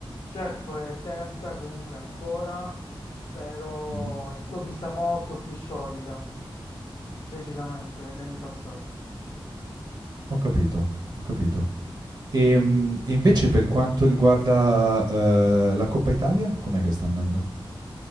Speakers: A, on the left; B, on the right.
A: Certo è terza comunque ancora, però
B: Mh-mh.
A: è- l'ho vista molto più solida, decisamente, negli anni passati.
B: Ho capito, ho capito. Ehm, e invece per quanto riguarda, uhm, la Coppa Italia, com'è che sta andando?